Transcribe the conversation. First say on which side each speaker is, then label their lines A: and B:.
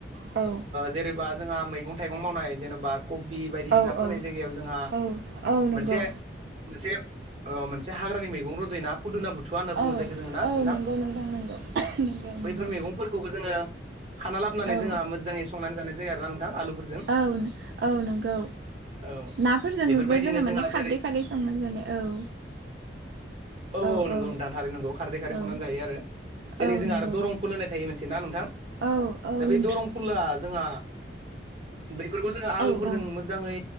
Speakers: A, on the right; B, on the right.
A: औ
B: जेनेबा जोंहा मैगं थाइगं मावनाय जेनेबा कबि बायदिसिना
A: औ
B: फोनाय
A: औ
B: जायगायाव जोंहा
A: औ औ नंगौ
B: मोनसे मोनसे मोनसे हाग्रानि मैगं रजना फुदुना बुथुवा होनना
A: औ
B: बुंङो जायखो जोंङो ना
A: औ
B: नोंथां
A: नंगौ नंगौ नंगौ
B: बैफोर
A: नंगौ
B: मैगंफोरखौबो जोंङो खाना लाबोनानै
A: औ
B: जोंहा मोजांङै संनानै जानाय जायो आरोना नो नोंथां आलुफोरजों
A: औ-औ नंगौ
B: औ
A: नाफोरजोंबो
B: बेफोरबायदिनो
A: जोंङो माने
B: जोंहा
A: खारदै
B: जेरै
A: खारदै संनानै जानाय औ
B: औ-औ
A: औ
B: नंगौ
A: औ
B: नोंथां थारै नोंगौ खारदै खारै
A: औ
B: संनानै जायो आरो जेरै
A: औ
B: जोंहा
A: नंगौ
B: आरो दरमफुल होननाय थायो मोनसे ना नोंथां
A: औ औ
B: दा बे
A: नोंथां
B: दरमफुलआ जोंहा बेफोरखौ जों आलुफोरजों
A: औ औ
B: मोजां मोजांङै